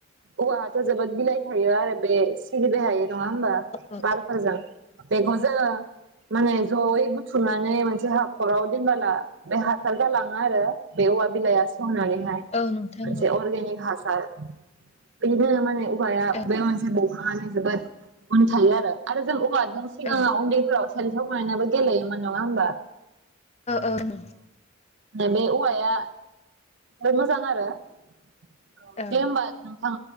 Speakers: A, on the right (about 60°); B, on the left (about 30°).
A: औवाआथ जोबोद बिलाइ थायो आरो बे सिरिबाय हायै नङा हबा
B: औ
A: बारफोरजों बेखौ जोङो माने जयै बुथुमनानै मोनसे हाखराव दोनबोला बे हासार गालां ङो आरो बे औवा बिलाइया सेवनानै हाय
B: औ नोंथां
A: मोनसे
B: औ
A: आर्गेनिक हा सार बिखायनो माने औवा
B: औ
A: बे मोनसे बंफाङानो जोबोद गुन थायो आरो जों औवाजों सिगाङाव
B: औ
A: उन्दैफोराव सोन्थाव बानानैबो गेलेयोमोन नङा होमबा
B: औ औ नंगौ
A: बे औवाया जोबोद मोजां आरो औ
B: औ
A: दे होमबा नों थां